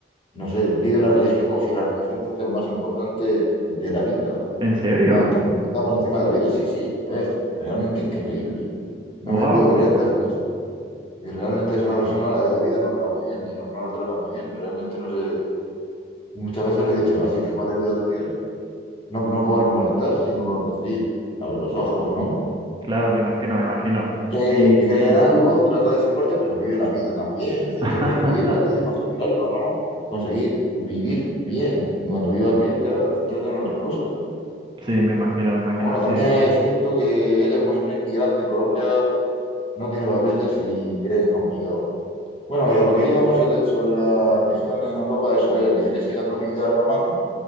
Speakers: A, on the left; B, on the right.
A: No sé, vive la religión como si la religión fuese lo más importante de la vida
B: ¿En serio?
A: más por- está por encima de la vida. Sí, sí, es realmente increíble. No
B: Wow,
A: me puedo creer tal cosa. Y realmente es una persona a la que la vida no le va muy bien y no, no lo trata muy bien. Realmente no sé. Muchas veces le he dicho, así es como te cuida tu Dios. No, no por molestar, sino por decir, abre los ojos, ¿no?
B: claro, me imagino, me imagino.
A: Eh,
B: Y
A: cree en algo, trata de salvarte, pero vive la vida también. Céntrate
B: <laughs>
A: en vivir la vida y conseguir algo, ¿no? Conseguir vivir bien. Cuando vivas bien, ya céntrate en otras cosas.
B: sí, me imagino, me imagino,
A: Bueno,
B: sí.
A: también es cierto que ella, como es una inmigrante en Colombia, no tiene papeles y es complicado. Bueno, y a lo que íbamos es de- sobre la religión en Europa, eso es la Iglesia Católica Romana,